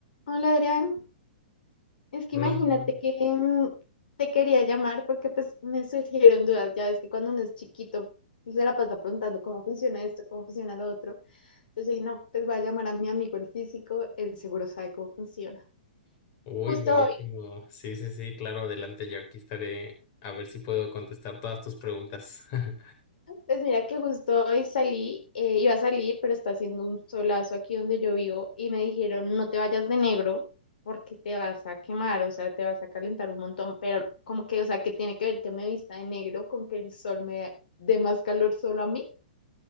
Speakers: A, on the left; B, on the left.
A: Hola Adrián, es que
B: Hola.
A: imagínate
B: hola.
A: que mm, te quería llamar porque pues me surgieron dudas, ya ves que cuando uno es chiquito pues, se la pasa preguntando cómo funciona esto, cómo funciona lo otro, entonces dije, no, pues voy a llamar a mi amigo el físico, él seguro sabe cómo funciona.
B: Uy,
A: Justo
B: buenísimo.
A: hoy
B: Sí, sí, sí, claro, adelante, yo aquí estaré a ver si puedo contestar todas tus preguntas. <laughs>
A: Pues mira que justo hoy salí, eh, iba a salir, pero está haciendo un solazo aquí donde yo vivo y me dijeron, no te vayas de negro porque te vas a quemar, o sea, te vas a calentar un montón, pero como que, o sea, ¿qué tiene que ver que me vista de negro con que el sol me dé más calor solo a mí?